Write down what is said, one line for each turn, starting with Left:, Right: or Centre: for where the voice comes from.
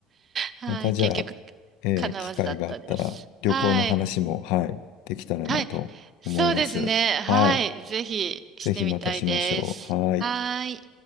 Right: はい、
Left: またじゃあ、
Right: 結局、
Left: えー機会があったら、
Right: 叶わずだったです。
Left: 旅行の話も、
Right: はい、
Left: はい、できたらなと思います。
Right: はい、そうですね、
Left: はい。
Right: はい、ぜひしてみたいです。
Left: ぜひまたしましょう。はい。
Right: はい。